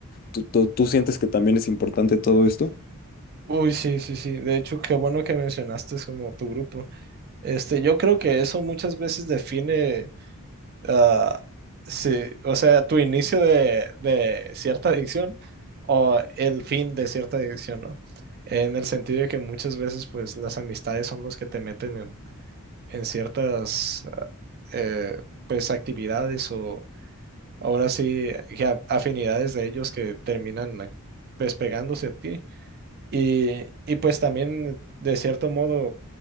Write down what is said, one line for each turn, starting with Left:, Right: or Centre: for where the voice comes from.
Left: ¿Tú, tú, tú sientes que también es importante todo esto?
Right: Uy, sí, sí, sí. De hecho, qué bueno que mencionaste es como tu grupo. Este, yo creo que eso muchas veces define, ah, sí, o sea, tu inicio de, de cierta adicción o el fin de cierta adicción, ¿no? En el sentido de que muchas veces, pues, las amistades son los que te meten en, en ciertas, eh, pues, actividades o Ahora sí, ya afinidades de ellos que terminan eh, pues pegándose a ti. Y, y pues también, de cierto modo,